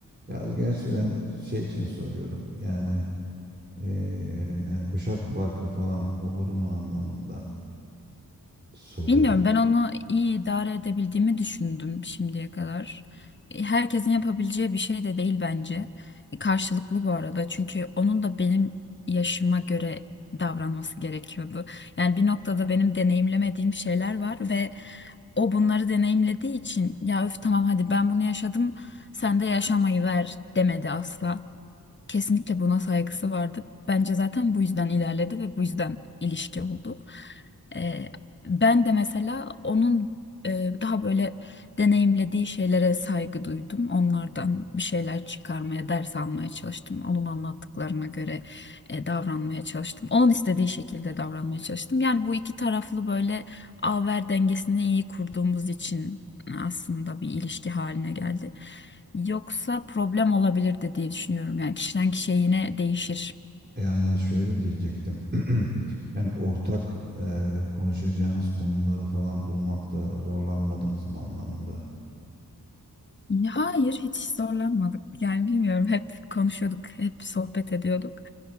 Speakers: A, on the right; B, on the left.
A: Ya gerçi ben şey için soruyorum yani eee, yani kuşak farkı falan olur mu anlamında soruyorum.
B: Bilmiyorum ben onu iyi idare edebildiğimi düşündüm şimdiye kadar. E, Herkesin yapabileceği bir şey de değil bence. E, Karşılıklı bu arada çünkü onun da benim yaşıma göre davranması gerekiyordu. Yani bir noktada benim deneyimlemediğim şeyler var ve o bunları deneyimlediği için ya öf tamam hadi ben bunu yaşadım sen de yaşamayı ver demedi asla. Kesinlikle buna saygısı vardı. Bence zaten bu yüzden ilerledi ve bu yüzden ilişki oldu. Ee, ben de mesela onun e, daha böyle deneyimlediği şeylere saygı duydum. Onlardan bir şeyler çıkarmaya, ders almaya çalıştım. Onun anlattıklarına göre e, davranmaya çalıştım. Onun istediği şekilde davranmaya çalıştım. Yani bu iki taraflı böyle ver dengesini iyi kurduğumuz için aslında bir ilişki haline geldi. Yoksa problem olabilirdi diye düşünüyorum. Yani kişiden kişiye yine değişir.
A: Yani şöyle diyecektim. <clears throat> Yani ortak eee, konuşacağınız konuları falan bulmakta zorlanmadınız mı anlamında.
B: Ya Hayır, hiç zorlanmadık. Yani bilmiyorum, hep konuşuyorduk, hep sohbet ediyorduk.